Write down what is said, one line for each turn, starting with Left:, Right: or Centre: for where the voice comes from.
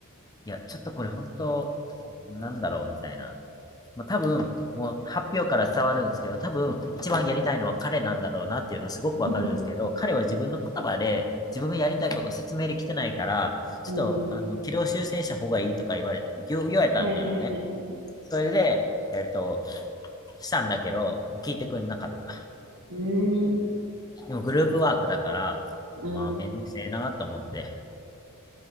Left: いや、ちょっとこれ本当、なんだろうみたいな。まあ、多分、もう発表から伝わるんですけど、多分一番やりたいのは彼なんだろうなっていうのすごくわかるんですけど、
Right: <laughs>
Left: 彼は自分の言葉で自分がやりたいことを説明できてないから、ちょっとあの軌道修正した方がいいとか言われ、
Right: うん。
Left: 言言われたのよね。
Right: はいはいはいはい。
Left: それで、えっと、したんだけど、聞いてくれなかった。
Right: うーん。
Left: でもグループワークだから、
Right: うん。
Left: まあめんどくせえなと思ってっ